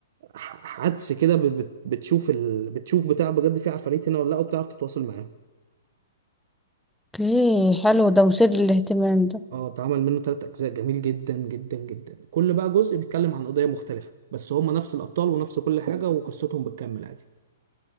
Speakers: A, on the right; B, in the centre.
A: ح- حدس كده ب- بت... بتشوف ال... بتشوف بتاع بجد في عفاريت هنا ولا لأ وبتعرف تتواصل معاهم
B: اوكي حلو ده مثير للاهتمام ده
A: اه اتعمل منه تلات أجزاء جميل جدا جدا جدا كل بقى جزء بيتكلم عن قضية مختلفة بس هما نفس الأبطال ونفس كل حاجة وقصتهم بتكمل عادي